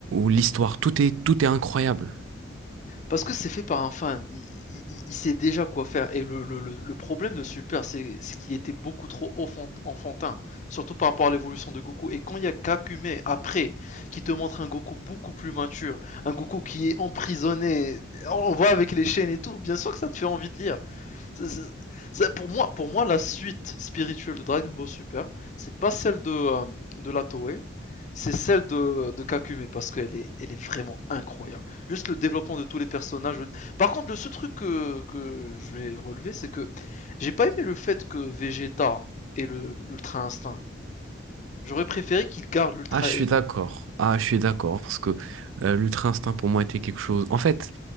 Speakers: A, on the right; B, on the left.
A: l'histoire, tout est, tout est incroyable.
B: Parce que c'est fait par un fan, il, il- il sait déjà quoi faire. Et le, le- le- le problème de Super, c'est c'est qu'il était beaucoup trop enfant- enfantin, surtout par rapport à l'évolution de Goku. Et quand il y a Kakume après, qui te montre un Goku beaucoup plus mature, un Goku qui est emprisonné, on on voit avec les chaînes et tout, bien sûr que ça te fait envie de lire. C'est- c'est- c'est- pour moi, pour moi, la suite spirituelle de Dragon Ball Super, c'est pas celle de, euh, de la Toei, c'est celle de, de Kakume parce qu'elle est, elle est vraiment incroyable. Juste le développement de tous les personnages. Par contre, le seul truc que, que je vais relever, c'est que j'ai pas aimé le fait que Vegeta ait l'ultra instinct. J'aurais préféré qu'il garde l'ultra
A: Ah, je suis
B: ego.
A: d'accord. Ah, je suis d'accord parce que euh, l'ultra-instinct pour moi était quelque chose. En fait,